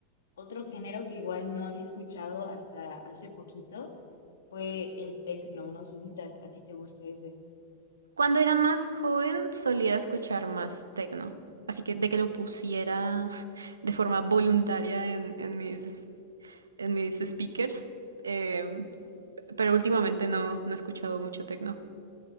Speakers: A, on the left (about 60°); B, on the right (about 75°).
A: Otro género que igual no había escuchado hasta hace poquito fue el techno. No sé si te- a ti te guste ese.
B: Cuando era más joven solía escuchar más techno Así que de que lo pusiera <laughs> de forma voluntaria en, en mis, en mis speakers. em, pero últimamente no, no he escuchado mucho techno.